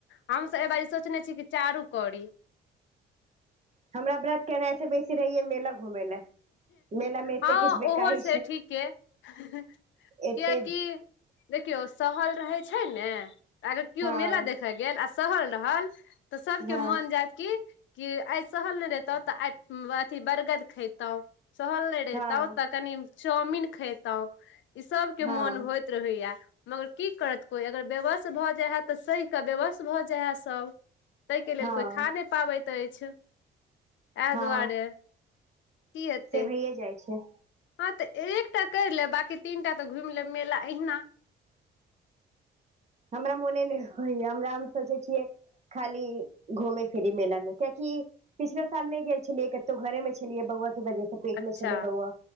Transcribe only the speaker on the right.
हमरा व्रत केना ऐस बेसी रहैयै मेला घूमै लए मेला मे एते
खिचबेकाइ
एते
हँ
हँ
हँ
हँ
हँ
हँ
से भैए जाइ छै
हमरा मोने नहि होइया हमरा हम सोचै छियै खाली घूमे फिरी मेलामे क्याकि पिछलाे साल नहि गेल छलियै कतौ घरे मे छलियै बौआ के वजह से पेट
मे छलै बौआ